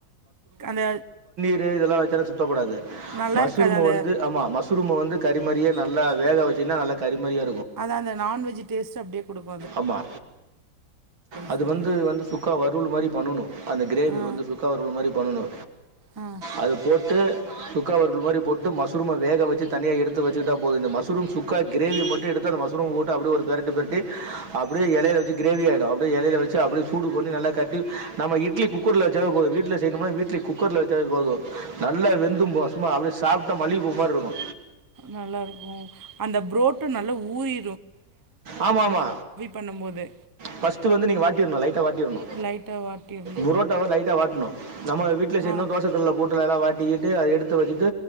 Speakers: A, on the right; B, on the right.
A: அந்த
B: து இதெல்லா வச்சனா சுத்தப்படாது
A: நல்லா
B: மஸ்ரூம
A: இருக்காது அந்த
B: வந்து ஆமா மஸ் மஷ்ரூம வந்து கரிமாரியே நல்லா வேக வச்சீன்னா நல்லா கரிமாரியே
A: அதா அந்த நான்வெஜ் டேஸ்ட்டு அப்டியே குடுக்
B: ஆமா அது
A: செரிங்க
B: வந்து வந்து சுக்கா வறுவல் மாரி பண்ணனு அந்த கிரேவி
A: ஆ
B: வந்து சுக்கா வறுவல் மாரி பண்ணனு
A: ஆ
B: அது போட் டு சுக்கா வறுவல் மாரி போட்டு மஷ்ரூம வேக வச்சு தனியா எடுத்து வச்சுக்கிட்டா போது இந்த மஷ்ரூம் சுக்கா கிரேவி மட்டு எடுத்து அந்த மஷ்ரூம போட்டு அப்டியே ஒரு பெரட்டு பெரட்டி அப்டியே எலையில வச்சு கிரேவி ஆயிடு அப்டியே எலையில வச்சு அப்டியே சூடு பண்ணி நல்லா கட்டி நம்ம இட்லி குக்கர்ல வச்சாவே போது வீட்ல செய்யணுமா வீட்லயு குக்கர்ல வச்சாலே போது நல்லா வெந்தும்போ சும்மா அப்டியே சாப்டா மல்லிகப்பூ மார்ருக்கு
A: நல்லா இருக்கு அந்த புரோட்டா நல்லா ஊரி
B: ஆமா ஆமா
A: பண்ணும்போது
B: ஃபஸ்ட்டு வந்து நீங்க வாட்டிரனு லைட்டா வாட் டிற்ணு
A: லைட்டா வாட்டிர்ணு
B: பொரோட்டாவ லைட்டா வாட்ணு நம்ம வீட்ல செய்யணுனா
A: ஆ
B: தோசக்கல்ல போட்டு வேனா வாட் ட்டிட்டு அத எடுத்து வச்சுட்டு